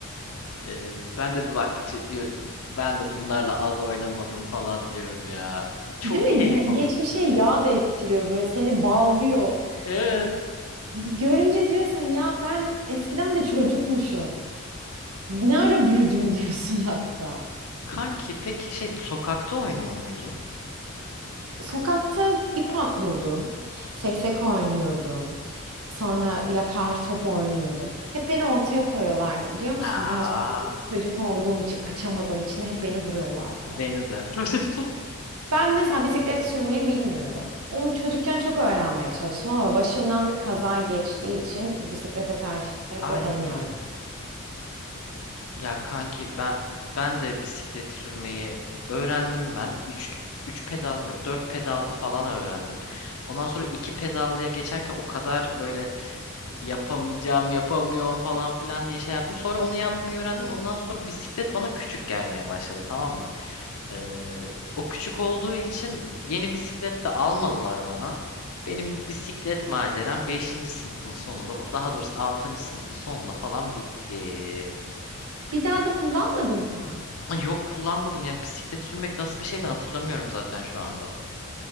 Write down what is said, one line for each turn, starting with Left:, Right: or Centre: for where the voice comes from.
Left: E, ben de bir baktıkça diyorum ben de bunlarla az oynamadım falan diyorum ya. Çok
Right: Değil mi?
Left: keyif
Right: Ge-
Left: alıyordum.
Right: Geçmişe yad ettiriyor. Böyle seni bağlıyor.
Left: Evet.
Right: Böyle görünce diyorsun ya ben eskiden de çocukmuşum. Ne ara büyüdüm <laughs> diyorsun hatta.
Left: Kanki peki şey sokakta oynuyor muydun?
Right: Sokakta ip atlıyordum. Seksek oynuyordum. Sonra yakar top oynuyordum. Hep beni ortaya koyuyorlardı biliyor musun?
Left: Aa,
Right: Biraz komik çocuk olduğum için, kaçamadığım için de hep beni vuruyorlardı.
Left: beni de. <laughs>
Right: Ben mesela bisiklet sürmeyi bilmiyorum. Onu çocukken çok öğrenmeye çalıştım ama başımdan bir kaza geçtiği için bisiklete karşı hep
Left: Ay.
Right: bir ön yargı.
Left: Ya kanki ben ben de bisiklet sürmeyi öğrendim ben. üç üç pedalım yok. dört pedallı falan öğrendim. Ondan sonra 2 pedallıya geçerken o kadar böyle yapamayacağım, yapamıyorum falan filan diye şey yaptım. Sonra onu yapmayı öğrendim. Ondan sonra bisiklet bana küçük gelmeye başladı tamam mı? Ee, o küçük olduğu için yeni bisiklet de almadılar bana. Benim bisiklet maceram beşinci sınıfın sonunda, daha doğrusu 6. sınıfın sonunda falan bitti.
Right: Bir daha da kullanmadın mı?
Left: Ay yok kullanmadım ya bisiklet sürmek nasıl bir şey de hatırlamıyorum zaten şu anda.